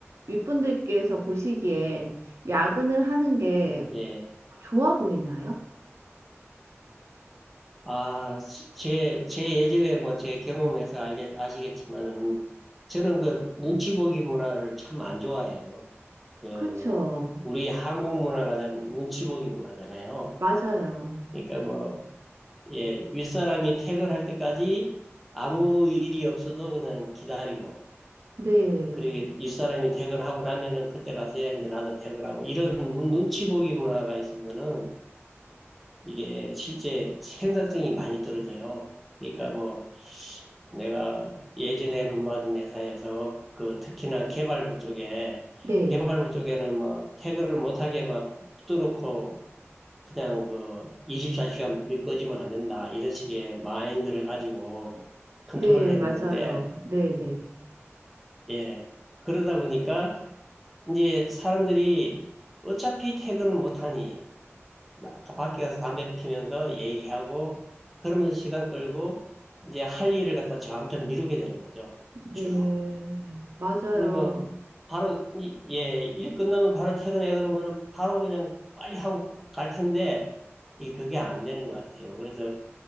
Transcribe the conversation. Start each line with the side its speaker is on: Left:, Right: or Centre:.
Right: 윗분들께서 보시기에 야근을 하는 게
Centre: 예.
Right: 좋아 보이나요?
Centre: 아, 시- 제, 제 예전에 뭐 제 경험에서 알게, 아시겠지만은, 저는 그 눈치 보기 문화를 참 안 좋아해요. 그,
Right: 그렇죠.
Centre: 우리 한국 문화가 참 눈치 보기 문화잖아요.
Right: 맞아요.
Centre: 그러니까 뭐, 예, 윗사람이 퇴근할 때까지 아무 일이 없어도 그냥 기다리고,
Right: 네.
Centre: 그리고 윗사람이 퇴근하고 나면은 그때 가서 이제 나도 퇴근하고, 이런 눈- 눈치 보기 문화가 있으면은, 이게 실제 생산성이 많이 떨어져요. 그러니까 뭐 내가 예전에 근무하던 회사에서 그 특히나 개발부 쪽에
Right: 네.
Centre: 개발부 쪽에는 뭐 태그를 못하게 막 붙들어놓고 그냥 그 24시간 불이 꺼지면 안 된다 이런 식의 마인드를 가지고 컨트롤을
Right: 네,
Centre: 했는데
Right: 맞아요. 네, 네.
Centre: 예 그러다 보니까 이제 사람들이 어차피 퇴근을 못하니 나- 밖에 가서 담배 피면서 얘기하고 그러면서 시간 끌고 이제 할 일을 갖다 점점 미루게 되는 거죠.
Right: 네,
Centre: 쭉.
Right: 맞아요.
Centre: 근데 뭐 바로 이- 예, 일 끝나면 바로 퇴근해 그러면은 바로 그냥 빨리 하고 갈 텐데 이게 그게 안 되는 것 같아요. 그래서